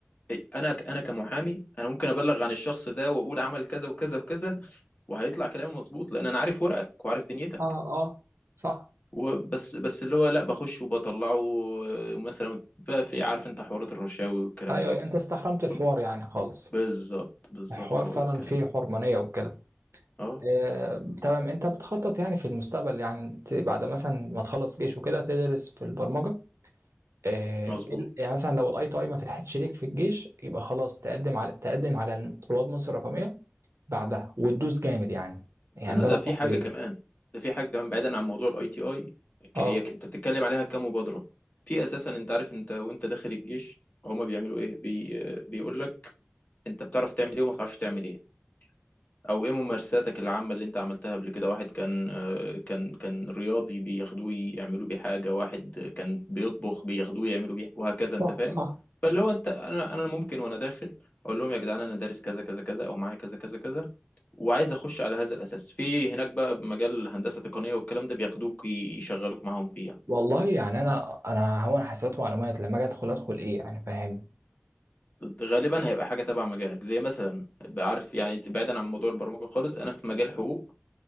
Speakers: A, on the left; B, on the right.
A: إيه، انا انا كمحامي انا ممكن ابلغ عن الشخص ده واقول عمل كذا وكذا وكذا وهيطلع كلامي مظبوط لان انا عارف ورقك وعارف دنيتك
B: اه اه صح
A: وبس بس اللي هو لا بخش وبطلعه آه، مثلا بقى في عارف انت حوارات الرشاوي والكلام
B: ايوه
A: ده
B: انت استحرمت
A: وكل
B: الحوار يعني خالص
A: بالظبط بالظبط
B: الحوار
A: هو
B: فعلا
A: ده الكلام
B: فيه حرمانية وكده
A: اه
B: آه، تمام انت بتخطط يعني في المستقبل يعني ت- بعد مثلا ما تخلص جيش وكده تدرس في البرمجة آه،
A: مظبوط
B: ال- يعني مثلا لو الاي تي اي ما فتحتش ليك في الجيش يبقى خلاص تقدم على تقدم على رواد مصر الرقميه بعدها وتدوس جامد يعني
A: استنى
B: يعني ده
A: ده
B: نصيحتي
A: في حاجه
B: ليه
A: كمان ده في حاجه كمان بعيدا عن موضوع الاي تي اي
B: اه
A: هي ك- انت بتتكلم عليها كمبادره في اساسا انت عارف انت وانت داخل الجيش هما بيعملوا ايه بي... بيقول لك انت بتعرف تعمل ايه وما بتعرفش تعمل ايه او ايه ممارساتك العامة اللي انت عملتها قبل كده واحد كان آه، كان كان رياضي بياخدوه يعملوا بيه حاجة واحد كان بيطبخ بياخدوه يعملوا بيه وهكذا
B: صح
A: انت فاهم
B: صح
A: فاللي هو انت انا انا ممكن وانا داخل اقول لهم يا جدعان انا دارس كذا كذا كذا او معايا كذا كذا كذا وعايز اخش على هذا الاساس في هناك بقى بمجال هندسة تقنية والكلام ده بياخدوك يشغلوك معاهم فيه يعني.
B: والله يعني انا انا هو انا حسابات ومعلومات لما اجي ادخل ادخل ايه يعني فاهمني
A: غالبا هيبقى حاجة تبع مجالك زي مثلا بعرف يعني بعيدا عن موضوع البرمجة خالص انا في مجال حقوق